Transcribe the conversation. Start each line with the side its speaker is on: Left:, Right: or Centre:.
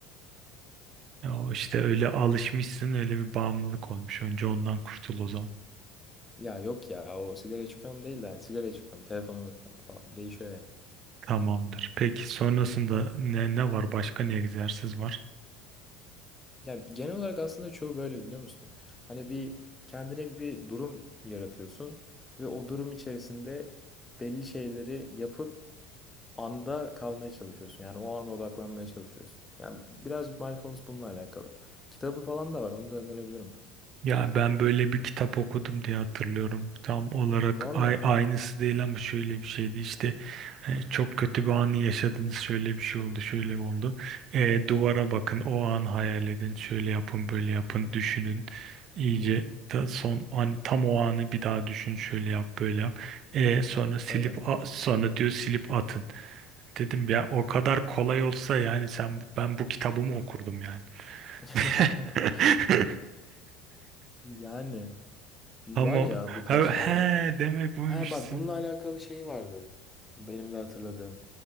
Right: Ya o işte öyle alışmışsın öyle bir bağımlılık olmuş. Önce ondan kurtul o zaman.
Left: Ya yok ya o sigaraya çıkıyorum değil de hani sigaraya çıkıyorum, telefona bakıyorum falan. Değişiyor yani.
Right: Tamamdır. Peki sonrasında ne, ne var? Başka ne egzersiz var?
Left: Ya genel olarak aslında çoğu böyle biliyor musun? Hani bir kendine bir durum yaratıyorsun ve o durum içerisinde belli şeyleri yapıp anda kalmaya çalışıyorsun. Yani o ana odaklanmaya çalışıyorsun. Yani birazcık mindfulness bununla alakalı. Kitabı falan da var, onu da önerebilirim.
Right: Ya ben böyle bir kitap okudum diye hatırlıyorum. Tam olarak
Left: Valla
Right: ay, aynısı değil ama şöyle bir şeydi işte. E, Çok kötü bir anı yaşadınız. Şöyle bir şey oldu, şöyle oldu. E, duvara bakın, o an hayal edin. Şöyle yapın, böyle yapın, düşünün. İyice ta son an, tam o anı bir daha düşün. Şöyle yap, böyle yap. E, sonra silip
Left: öyle.
Right: a- sonra diyor silip atın. Dedim ya o kadar kolay olsa yani sen ben bu kitabımı okurdum yani.
Left: <laughs>
Right: <laughs>
Left: Yani bir var
Right: Ama
Left: ya bu tarz
Right: he,
Left: şeyler.
Right: he, demek buymuş.
Left: Ha bak bununla alakalı şey vardı. Benim de hatırladığım.